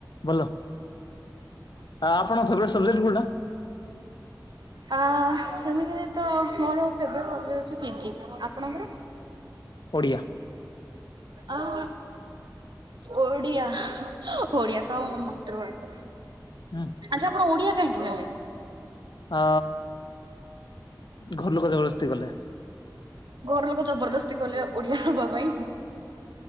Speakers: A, on the left; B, on the right.
A: ବୋଲ ଆପ ଆପଣ ଫେବରାଇଟ ସବଜେକଟ କଉଟା?
B: ଆ ସେମିତିରେ ତ ମୋର ଫେବରଟ୍ ସବଜେକ୍ଟ ହଉଛି ପିଜି। ଆପଣଙ୍କର?
A: ଓଡ଼ିଆ।
B: ଆହା। ଓଡ଼ିଆ ହେ ଅ ଓଡ଼ିଆ ତ ଆମ ମାତୃଭାଷା।
A: ହୁଁ
B: ଆଜି ଆପଣ ଓଡିଆ କାହିଁକି ନେଲେ?
A: ଅ ଘର ଲୋକ ଜବରଦସ୍ତି କଲେ।
B: ଘର ଲୋକ ଜବରଦସ୍ତି କଲେ ଓଡିଆ ନବା ପାଇଁ।